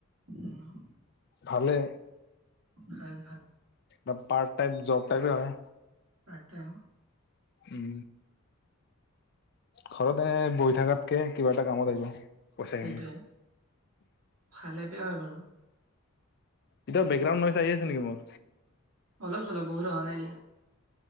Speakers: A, on the right; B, on the left.
A: উম
B: ভালে।
A: ভাল ভাল।
B: এ পাৰ্ট টাইম জব টাইপে হয়।
A: পাৰ্ট টাইম
B: উম ঘৰত এনে বহি থাকাতকে কিবা এটা কামত আহিব। পইচাখিনি।
A: সেইটোৱে ভালে বেয়া হয় বাৰু।
B: এতিয়া বেকগ্ৰাউণ্ড ভইচ আহি আছে নেকি মোৰ।
A: অলপ চলপ বহুত অহা নাই যে